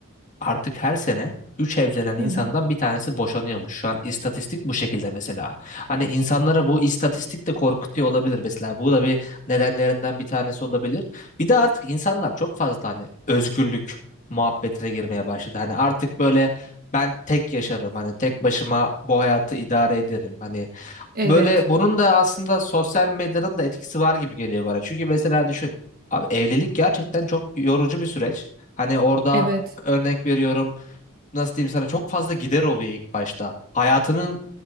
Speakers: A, on the left; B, on the right.
A: artık her sene 3 evlenen insandan
B: Hı hı.
A: bir tanesi boşanıyormuş. Şu an istatistik bu şekilde mesela. Hani insanlara bu istatistik de korkutuyor olabilir mesela. Bu da bir nedenlerinden bir tanesi olabilir. Bir de artık insanlar çok fazla hani özgürlük muhabbetine girmeye başladı. Hani artık böyle ben tek yaşarım. Hani tek başıma bu hayatı idare ederim. Hani
B: evet,
A: Böyle bunun da aslında sosyal medyanın da etkisi var gibi geliyor bana. Çünkü mesela düşün. Abi evlilik gerçekten çok yorucu bir süreç. Hani orada
B: evet.
A: örnek veriyorum nasıl diyeyim sana çok fazla gider oluyor ilk başta. Hayatının